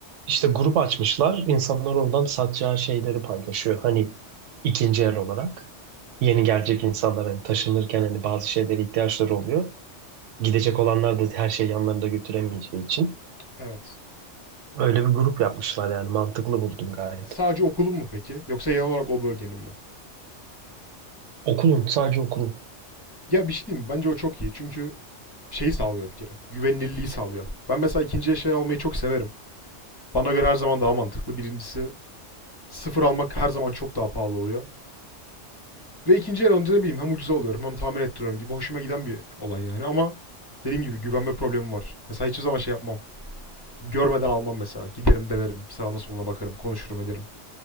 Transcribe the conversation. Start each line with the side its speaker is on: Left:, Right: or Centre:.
Right: İşte grup açmışlar. İnsanlar oradan satacağı şeyleri paylaşıyor. Hani ikinci el olarak. Yeni gelecek insanlar hani taşınırken hani bazı şeylere ihtiyaçları oluyor. Gidecek olanlar da her şeyi yanlarında götüremeyeceği için.
Left: Evet.
Right: Öyle bir grup yapmışlar yani mantıklı buldum gayet.
Left: Sadece okulun mu peki? Yoksa genel olarak o bölgenin mi?
Right: Okulun sadece okulun.
Left: Ya bir şey diyeyim mi? Bence o çok iyi. Çünkü şeyi sağlıyor bir kere. Güvenilirliği sağlıyor. Ben mesela ikinci eşya almayı çok severim. Bana göre her zaman daha mantıklı. Birincisi sıfır almak her zaman çok daha pahalı oluyor. Ve ikinci el alınca ne bileyim hem ucuza alıyorum hem tamir ettiriyorum gibi hoşuma giden bir olay yani ama dediğim gibi güvenme problemi var. Mesela hiçbir zaman şey yapmam. Görmeden almam mesela. Giderim denerim. Sağına soluna bakarım. Konuşurum ederim.